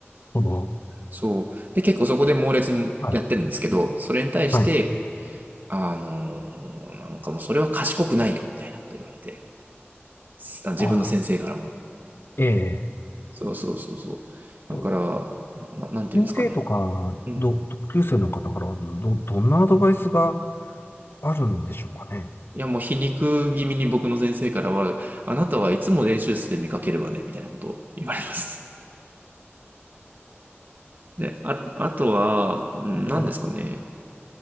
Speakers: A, on the left (about 55°); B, on the right (about 45°).
A: その、
B: そう。で、結構そこで猛烈にやってるんですけど、
A: はい、
B: それに対して、
A: はい。
B: あのー、なんかもうそれは賢くないよ、みたいなこと言われて。す自分の先生からも。
A: ああ、ええ。
B: そうそうそうそう。
A: と
B: だから、な、ななんていうんですかね。
A: 先生とか、
B: うん
A: ど、同級生の方からはど、ど、どんなアドバイスがあるんでしょうかね。
B: いや、もう皮肉気味に僕の先生からは、あなたはいつも練習室で見かけるわね、みたいなことを言われます。で、あ、あとは、うん何ですかね。
A: はい。